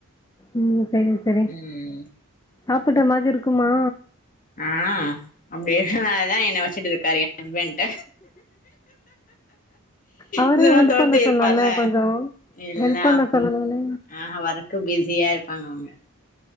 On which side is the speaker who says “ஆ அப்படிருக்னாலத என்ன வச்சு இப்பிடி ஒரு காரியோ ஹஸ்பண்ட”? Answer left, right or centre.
Left